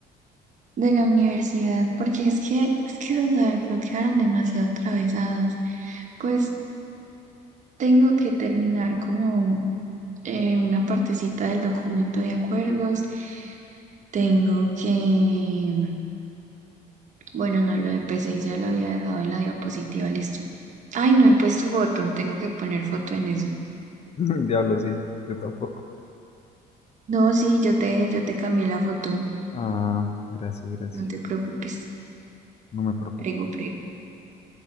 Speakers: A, on the right (about 45°); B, on the left (about 40°).
A: de la universidad, porque es que, es que esas bloquearon demasiado atravesadas. Pues tengo que terminar como eh, una partecita del documento de acuerdos. Tengo que, bueno, no, lo de PCI ya lo había dejado en la diapositiva, listo. Ay, no he puesto foto, tengo que poner foto en eso.
B: <laughs> Diablo, sí, yo tampoco.
A: No, sí, yo te, yo te cambié la foto,
B: Ah, gracias, gracias.
A: no te preocupes,
B: No me preocupo.
A: prego, prego.